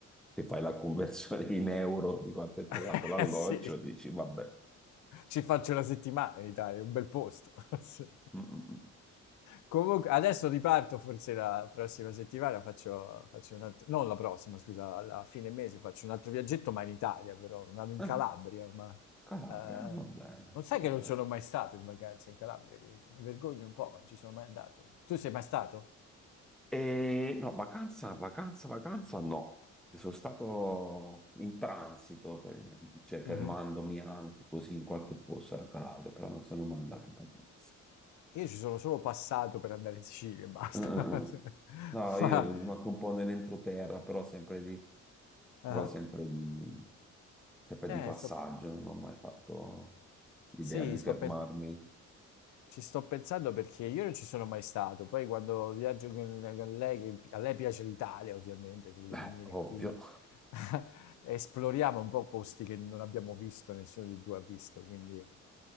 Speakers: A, in the centre; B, on the left.
A: se fai la conversione in euro di quanto hai pagato
B: <laughs>
A: l'alloggio,
B: Eh, sì,
A: dici, vabbè.
B: ci faccio la settimana in Italia, è un bel posto. <laughs> Sì.
A: Mm, mm, mm.
B: Comunque, adesso riparto, forse la prossima settimana faccio, faccio un altro, non la prossima, scusa, alla fine mese faccio un altro viaggetto, ma in Italia però, vado in Calabria,
A: Ah,
B: ma
A: Calabria,
B: eh,
A: ah, va bene,
B: non sai
A: va
B: che non sono
A: bene.
B: mai stato in vacanza in Calabria, Io mi vergogno un po', ma non ci sono mai andato. Tu sei mai stato?
A: E no, vacanza, vacanza, vacanza no. Sono stato in transito, per- cioè fermandomi
B: Mhm.
A: anche così in qualche posto al Calabria, però non sono mai andato in vacanza.
B: Io ci sono solo passato per andare in Sicilia e basta.
A: Eh, eh, eh.
B: <laughs>
A: No, io
B: Ma...
A: anche un po' nell'entroterra, però sempre di,
B: ah.
A: però sempre di, sempre
B: Eh,
A: di passaggio,
B: sto-
A: non ho mai fatto l'idea
B: sì,
A: di
B: sto
A: fermarmi.
B: pe- ci sto pensando perché io non ci sono mai stato. Poi quando viaggio con, con lei, che a lei piace l'Italia, ovviamente, vuole
A: Beh,
B: venire
A: ovvio,
B: qui, <laughs> esploriamo un po' posti che non abbiamo visto, nessuno di due ha visto, quindi